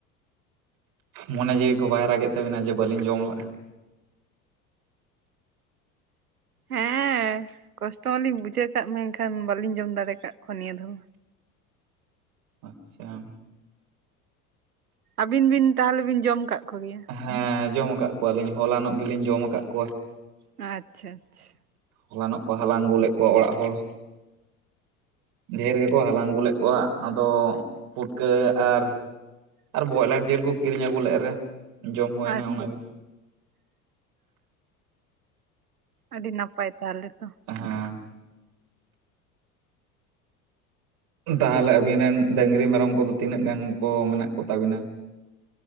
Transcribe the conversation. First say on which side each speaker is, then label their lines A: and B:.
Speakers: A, on the right (about 50°); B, on the right (about 80°).
A: ᱢᱚᱱᱮ ᱡᱤᱣᱤ ᱠᱚ ᱵᱟᱭ ᱨᱟᱜᱮᱫ ᱛᱟᱹᱵᱤᱱᱟ ᱡᱮ ᱵᱟᱹᱞᱤᱧ ᱡᱚᱢ ᱞᱟᱜᱼᱟ? <inaudible>
B: ᱦᱮᱸ ᱠᱚᱥᱴᱚ ᱢᱟᱞᱤᱧ ᱵᱩᱡᱷᱟᱹᱣ ᱠᱟᱜ ᱢᱮᱱᱠᱷᱟᱱ ᱵᱟᱞᱤᱧ ᱡᱚᱢ ᱫᱟᱲᱮ ᱟᱠᱟᱫ ᱠᱚᱣᱟ ᱱᱤᱭᱟᱹ ᱫᱷᱟᱣ ᱾
A: ᱟᱪᱪᱷᱟ ᱾
B: ᱟᱹᱵᱤᱱ ᱵᱤᱱ ᱛᱟᱦᱚᱞᱮ ᱵᱤᱱ ᱡᱚᱢ ᱠᱟᱜ ᱠᱚᱜᱮᱭᱟ?
A: ᱦᱮᱸ ᱡᱚ ᱠᱟᱜ ᱠᱚᱣᱟᱞᱤᱧ ᱦᱚᱞᱟᱱᱚᱜ ᱜᱮᱞᱤᱧ ᱡᱚᱢ ᱠᱟᱜ ᱠᱚᱣᱟ ᱾
B: ᱟᱪᱪᱷᱟ ᱟᱪᱪᱷᱟ ᱾
A: ᱦᱚᱞᱟᱱᱚᱜ ᱠᱚ ᱦᱟᱞᱟᱝ ᱟᱹᱜᱩ ᱞᱮᱫᱮᱫ ᱠᱚᱣᱟ ᱚᱲᱟᱜ ᱦᱚᱲ ᱾ ᱰᱷᱮᱨ ᱜᱮᱠᱚ ᱦᱟᱞᱟᱝ ᱟᱹᱜ ᱞᱮᱫ ᱠᱚᱣᱟ ᱟᱫᱚ ᱯᱩᱴᱠᱟᱹ ᱟᱨ ᱟᱨ ᱵᱚᱭᱞᱟᱨ ᱡᱤᱞ ᱠᱚ ᱠᱤᱨᱤᱧ ᱟᱹᱜᱩ ᱞᱮᱫ ᱨᱮ ᱡᱚᱢ ᱦᱩᱭᱱᱟ
B: ᱟᱪᱪᱷᱟ
A: ᱚᱱᱟ
B: ᱟᱪᱪᱷᱟ
A: ᱜᱮ ᱾
B: ᱟᱹᱰᱤ ᱱᱟᱯᱟᱭ ᱛᱟᱦᱚᱞᱮ ᱛᱚ ᱾
A: ᱦᱮᱸ ᱾ ᱛᱟᱦᱚᱞᱮ ᱟᱵᱤᱱ ᱨᱮᱱ ᱰᱟᱹᱝᱨᱤ ᱢᱮᱨᱚᱢ ᱠᱚᱫᱚ ᱛᱤᱱᱟᱹᱜ ᱜᱟᱱ ᱠᱚ ᱢᱮᱱᱟᱜ ᱠᱚ ᱛᱟᱵᱤᱱᱟ?